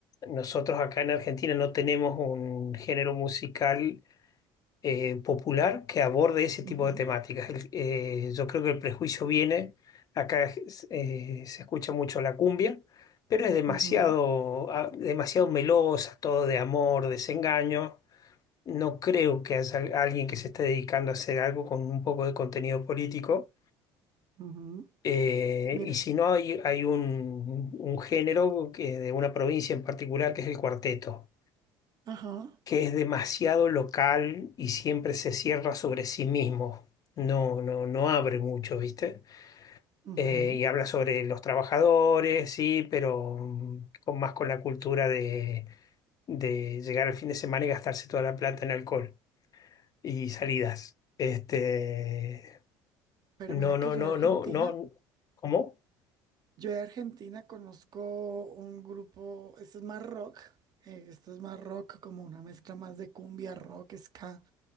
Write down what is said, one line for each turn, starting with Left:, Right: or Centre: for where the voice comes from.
Left: nosotros acá en Argentina no tenemos un género musical eh, popular que aborde ese tipo
Right: Ujú,
Left: de temáticas. El- eh, yo creo que el prejuicio viene, acá es- eh, se escucha mucho la cumbia, pero es demasiado,
Right: ujú,
Left: ah, demasiado melosa, todo de amor, desengaño. No creo que haya alguien que se esté dedicando a hacer algo con un poco de contenido político
Right: ujú.
Left: eh,
Right: Mire,
Left: y si no, hay, hay un, un género que, de una provincia en particular que es el cuarteto,
Right: ajá,
Left: que es demasiado local y siempre se cierra sobre sí mismo. No, no, no abre mucho, ¿viste?
Right: ujú.
Left: Eh, y habla sobre los trabajadores, sí, pero mm, con, más con la cultura de, de llegar al fin de semana y gastarse toda la plata en alcohol y salidas. Este,
Right: Pero
Left: no,
Right: mira
Left: no,
Right: que yo
Left: no,
Right: de Argentina.
Left: no, no. ¿Cómo?
Right: Yo de Argentina conozco un grupo, este es más rock, eh, este es más rock, como una mezcla más de cumbia, rock, ska.